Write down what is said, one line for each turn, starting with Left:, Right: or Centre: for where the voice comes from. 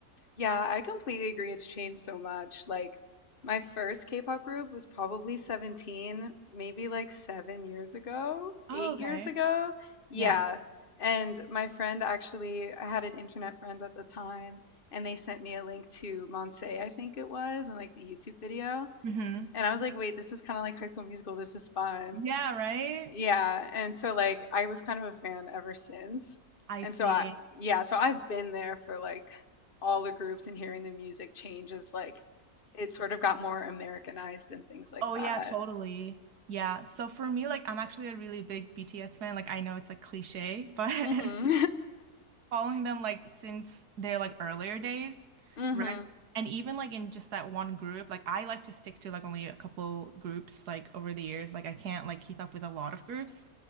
Left: Yeah, I completely agree. It's changed so much. Like, my first K-pop group was probably 17, maybe like seven years ago,
Right: Oh,
Left: eight
Right: okay.
Left: years ago. Yeah.
Right: Yeah.
Left: And my friend actually, I had an internet friend at the time, and they sent me a link to Monse, I think it was, and like the YouTube video.
Right: Mm-hmm.
Left: And I was like, wait, this is kind of like High School Musical. This is fun.
Right: Yeah, right?
Left: Yeah, and so like I was kind of a fan ever since.
Right: I
Left: And
Right: see.
Left: so I yeah, so I've been there for like all the groups and hearing the music changes. like it sort of got more Americanized and things like
Right: Oh
Left: that.
Right: yeah, totally. Yeah. So for me, like I'm actually a really big BTS fan. Like I know it's like cliche, but <laughs>
Left: Mhm.
Right: following them like since their like earlier days,
Left: <laughs> Mhm.
Right: right? And even like in just that one group, like I like to stick to like only a couple groups like over the years. Like I can't like keep up with a lot of groups.